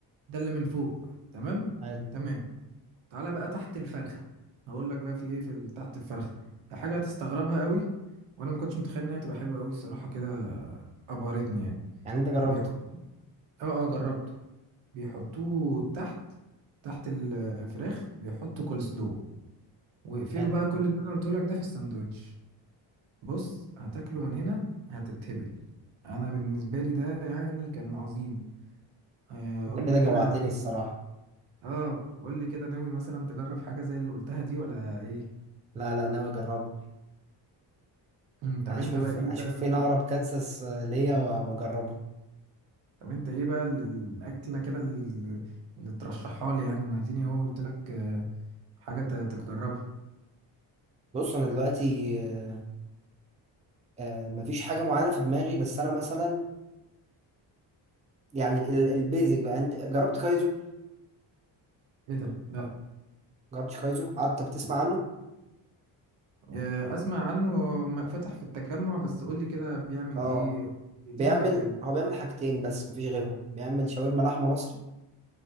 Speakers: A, on the right; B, on the right.
A: ده اللي من فوق تمام
B: حلو
A: تمام تعالى بقى تحت الفرخة هقول لك بقى في ايه في ال- تحت الفرخة ده حاجة هتستغربها قوي وانا ما كنتش متخيل ان هي تبقى حلوة قوي الصراحة كده ابهرتني يعني
B: يعني انت جربته
A: بيحط اه اه جربته بيحطوه تحت تحت الفراخ بيحطوا كول سلو واقفلوا
B: حلو
A: بقى كل اللي انا قلته لك ده في الساندوتش بص هتاكله من هنا هتتهبل انا بالنسبه لي ده يعني كان عظيم آه،
B: انت
A: قول
B: كده
A: لي كده
B: جوعتني الصراحة
A: اه قول لي كده ناوي مثلا تجرب حاجه زي اللي قلتها دي ولا ايه
B: لا لا ناوي اجربها
A: مم، طب
B: هشوف
A: انت بقى ايه
B: هشوف
A: بقى
B: فين
A: ال-
B: اقرب كانساس آه، ليا و- واجربها
A: طب انت ايه بقى ال- الاكله كده ال- اللي ترشحها لي يعني انا اديني اهو قلت لك آه، حاجه ت- تجربها
B: بص انا دلوقتي آه، آه، مفيش حاجة معينة في دماغي بس انا مثلا يعني ال- ال- البيزك بقى انت جربت كايزو
A: ايه ده لا
B: جربتش كايزو قعدت بتسمع عنه
A: آه، اسمع عنه م- فتح في التجمع بس قول لي كده بيعمل
B: اه
A: ايه اديني
B: بيعمل
A: فكرة يعني
B: هو بيعمل حاجتين بس مفيش غيرهم بيعمل شاورما لحمة مصري